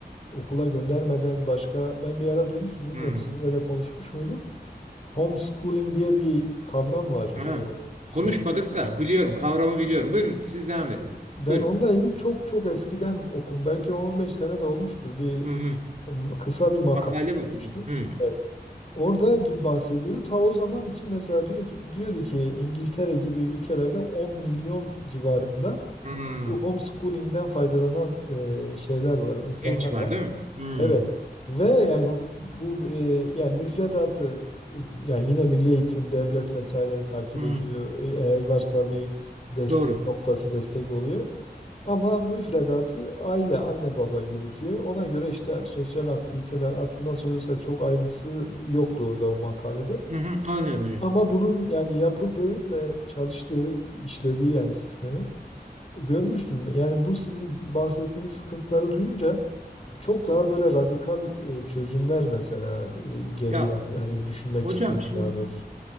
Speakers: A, on the left; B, on the right.
A: okula göndermeden başka ben bir ara duymuştum bilmiyorum
B: Hmm.
A: sizinle de konuşmuş muyduk? Homeschooling diye bir kavram var.
B: Ha.
A: e, şey,
B: Konuşmadık da biliyorum, kavramı biliyorum. Buyurun siz devam edin.
A: ben
B: Buyurun.
A: onunla ilgili çok çok eskiden okum. Belki 10-15 sene de olmuştur. Bir
B: Hı hı.
A: e, kısa bir makale
B: Makale bakın.
A: okumuştum.
B: Hı.
A: Evet. Orada d- bahsediyordu. Ta o zaman için mesela diyor, diyor ki İngiltere gibi ülkelerde 10 milyon civarında
B: Hı.
A: bu homeschooling'den faydalanan e, şeyler var, insanlar
B: Genç var
A: var.
B: değil mi? Hı.
A: Evet. Ve yani bu e, yani müfredatı e, yani yine Milli Eğitim, devlet vesaire takip
B: Hı.
A: ediyor. E, Eğer varsa bir destek
B: Doğru.
A: noktası destek oluyor. Ama müfredatı aile, anne baba yürütüyor. Ona göre işte sosyal aktiviteler artık nasıl oluyorsa çok ayrıntısı yoktu orada o makalede.
B: Hı hı. Anlıyorum hocam.
A: Ama bunun yani yapıldığı ve çalıştığı, işlediği yani sistemin Görmüştüm. Yani bu sizin bahsettiğiniz sıkıntıları duyunca çok daha böyle radikal e, çözümler mesela e, geliyor.
B: Ya
A: ak- Yani düşünmek
B: hocam
A: istiyorum
B: şimdi
A: daha doğrusu.